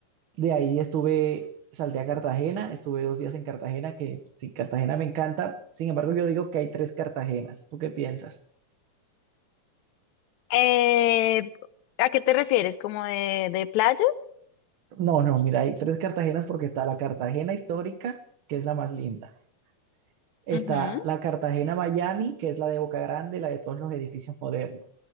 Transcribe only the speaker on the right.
De ahí estuve, salté a Cartagena, estuve dos días en Cartagena, que sí, Cartagena me encanta. Sin embargo, yo digo que hay tres Cartagenas. ¿Tú qué piensas?
No, no, mira, hay tres Cartagenas porque está la Cartagena histórica, que es la más linda. Está
la Cartagena Miami, que es la de Boca Grande, la de todos los edificios modernos.